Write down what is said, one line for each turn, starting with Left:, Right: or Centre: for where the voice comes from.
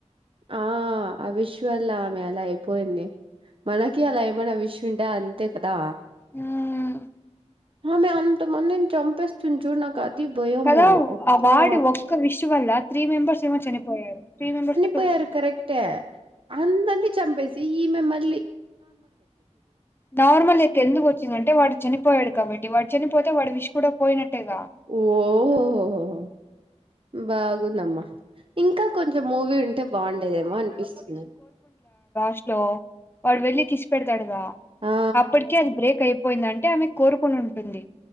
Right: ఆ అవిశ్ వల్ల ఆమె అలా అయిపోయింది మనకి అలా ఏమైనా విష్ ఉంటే అంతే కదా
Left: ఉమ్
Right: ఆమె అంత మందిం చంపేస్తుం చూ నాకు కది భయమ
Left: కదా
Right: అబ్బా
Left: ఆ వాడి ఒక్క విష్ వల్ల త్రీ మెంబర్స్ ఏమో చనిపోయారు త్రీ మెంబర్స్ టూ
Right: పోయారు
Left: మెంబర్స్
Right: కరెక్ట్అందరిని చంపేసి ఈ మమ్మల్
Left: నార్మల్ క్క ఎందుకు వచ్చిందంటే వాటి చనిపోయాడు కాబట్టి వాడు చనిపోతే వాడు విష కూడా పోయినట్టేగా
Right: ఓహోహో బాగుందమ్మా ఇంకా కొంచెం మూవీ ఉంటే బాగుండేదేమో అనిపిస్తున్నా
Left: స్ట్ లో వాడు వెళ్లిి కిసి పెడతాడుగా
Right: ఆ
Left: అప్పటిక అది బ్రేక్ అయిపో పోయింద అంటే ఆమె కోరుకుని ఉంటుంది